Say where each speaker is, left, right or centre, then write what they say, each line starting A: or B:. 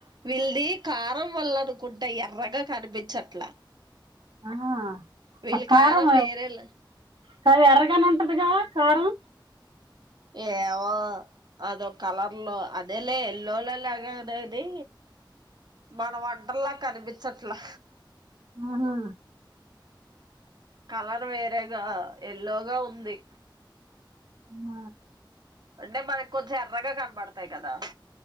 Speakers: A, on the right (about 55°); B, on the right (about 85°).
A: వీళది కారం అనుకుంట ఎర్రగా కనిపించట్లా
B: ఆ
A: వీళ్ళ
B: కారం
A: వేరేలా
B: కది యరగ గానే ఉంటది కదా కారం
A: ఏమో అదో కలర్లో అదేలా ఎల్లోలోలా అగదాది మన వంటాల కనిపించట్లా
B: ఆహా
A: కలర్ వేరేగా ఎల్లో గా ఉంది
B: ఆ
A: అంటే మనకు కొంచెం ఎర్రగా కనబడతాయి కదా